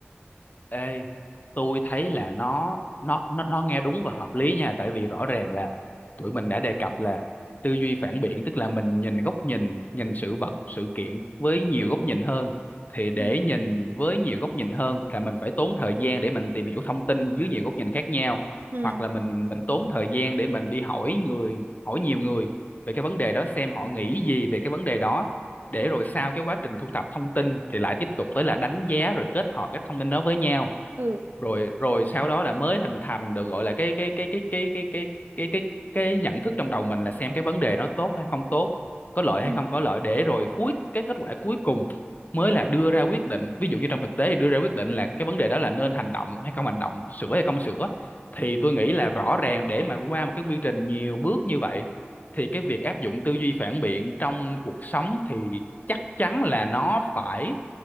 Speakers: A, on the left; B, on the right.
A: Ê, tôi thấy là nó nó nó nó nghe đúng và hợp lý nha, tại vì rõ ràng là tụi mình đã đề cập là tư duy phản biện tức là mình nhìn góc nhìn nhìn sự vật, sự kiện với nhiều góc nhìn hơn thì để
B: ừ
A: nhìn với nhiều góc nhìn hơn là mình phải tốn thời gian để mình tìm hiểu thông tin dưới nhiều góc nhìn khác nhau
B: Ừ.
A: hoặc là mình mình tốn thời gian để mình đi hỏi người, hỏi nhiều người về cái vấn đề đó xem họ nghĩ gì về cái vấn đề đó để rồi sau cái quá trình thu thập thông tin thì lại tiếp tục tới là đánh giá rồi kết hợp các thông tin đó với nhau
B: ừ
A: rồi rồi sau đó là mới hình thành được gọi là cái cái cái cái cái cái cái cái cái cái nhận thức trong đầu mình là xem cái vấn đề nó tốt hay không tốt có lợi
B: ừ.
A: hay không có lợi để rồi cuối cái kết quả cuối cùng mới là đưa ra quyết định ví dụ như trong thực tế thì đưa ra quyết định là cái vấn đề đó là nên hành động hay không hành động sửa hay không sửa thì tôi nghĩ là rõ ràng để mà qua một cái quy trình nhiều bước như vậy thì cái việc áp dụng tư duy phản biện trong cuộc sống thì chắc chắn là nó phải